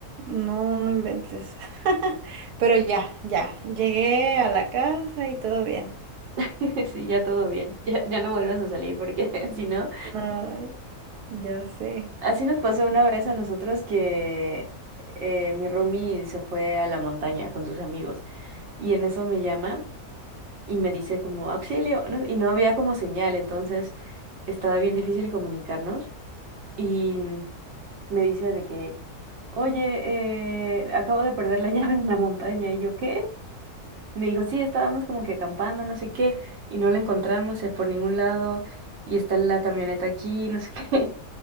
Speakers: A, on the right (about 80°); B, on the right (about 55°).
A: no, no inventes. <laughs> Pero ya, ya, llegué a la casa y todo bien.
B: <laughs> Sí, ya todo bien, ya, ya no vuelvas a salir porque <laughs> si no,
A: Ay, ya sé.
B: así nos pasó una vez a nosotros que eh, mi roomie se fue a la montaña con sus amigos y en eso me llama. y me dice como auxilio, ¿no? Y no había como señal, entonces estaba bien difícil comunicarnos y mm, me dice de que, oye, eh, acabo de perder la <laughs> llave en la montaña y yo, ¿qué? Me dijo, sí, estábamos como que acampando, no sé qué, y no la encontramos eh, por ningún lado y está la camioneta aquí, no sé <laughs> qué.